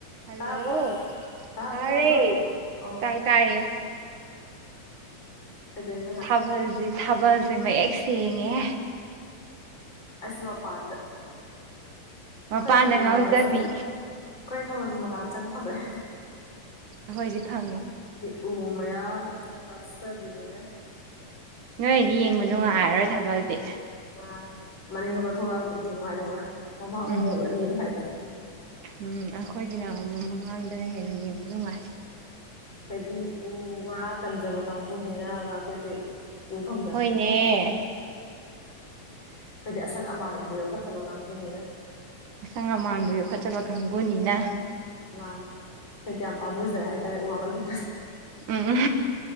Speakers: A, on the right (about 70°); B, on the left (about 35°).
A: ꯍꯜꯂꯣ
B: ꯇꯥꯕ꯭ꯔꯣ ꯇꯥꯕ꯭ꯔꯣ
A: ꯇꯥꯔꯦ
B: ꯇꯥꯕ꯭ꯔꯣ ꯑꯣ
A: ꯇꯥꯏꯌꯦ ꯇꯥꯏꯌꯦ
B: ꯑꯗꯨꯗꯣꯏꯅ ꯂ
A: ꯊꯥꯕꯜꯁꯦ ꯊꯥꯕꯜꯁꯦ ꯃꯌꯦꯛ ꯁꯦꯡꯉꯦ
B: ꯑꯁ ꯃꯄꯥꯟꯗ
A: ꯃꯄꯥꯟꯗ
B: ꯈꯔ ꯊꯥꯕꯜ
A: ꯉꯥꯎꯖꯕꯤ
B: ꯃꯉꯥꯗ ꯆꯪ ꯈꯔ ꯊꯥꯕꯜ ꯃꯉꯥꯗ ꯆꯪ ꯐꯗ꯭ꯔꯦ
A: ꯑꯩꯈꯣꯏꯁ ꯐꯪꯉꯦ
B: ꯑꯣ ꯃꯌꯥꯝ ꯅꯪ ꯀꯁꯕꯤꯅꯤꯅꯦ
A: ꯅꯣꯏꯗꯤ ꯌꯦꯡꯕ ꯅꯨꯡꯉꯥꯏꯔꯣꯏ ꯊꯥꯕꯜꯗꯤ
B: ꯍꯥꯟ ꯃꯅꯤꯡꯒꯨꯝ ꯊꯣꯛꯂꯛꯑꯕꯨꯗꯤ ꯅꯨꯡꯉꯥꯏꯔꯧꯕ ꯃꯃꯥꯡꯒꯣꯝ
A: ꯎꯝ
B: ꯌꯧꯔꯅꯤ ꯅꯨꯡꯉꯥꯏꯇꯅ
A: ꯎꯝ ꯑꯩꯈꯣꯏꯒꯤꯅ ꯑꯃ ꯃꯃꯥꯡꯗꯅ ꯍꯦꯟꯅ ꯌꯦꯡꯕ ꯅꯨꯡꯉꯥꯏ
B: ꯍꯥꯏꯣꯏꯗꯤ ꯎ ꯋꯥ ꯀꯟꯖꯕ ꯀꯥꯡꯕꯨꯅꯤꯅ ꯑꯩꯈꯣꯏꯗꯤ ꯎ ꯐꯪꯗ꯭ꯔꯦ
A: ꯍꯣꯏꯅꯦ
B: ꯑꯩꯈꯣꯏꯗꯤ ꯑꯁꯪ ꯑꯃꯥꯟꯕꯨ ꯌꯣꯛꯈꯠꯆꯕ ꯀꯥꯡꯕꯨꯅꯤꯅ
A: ꯑꯁꯪ ꯑꯃꯥꯟꯕ ꯌꯣꯛ ꯈꯣꯠꯆꯕ ꯀꯥꯡꯕꯨꯨꯅꯤꯅ
B: ꯃꯥ ꯈꯗꯤ ꯌꯥꯝ ꯄꯥꯝꯨꯖꯦ ꯍꯥꯏꯇꯥꯔꯦ ꯎ ꯋꯥ ꯀꯜꯦ
A: ꯎꯝ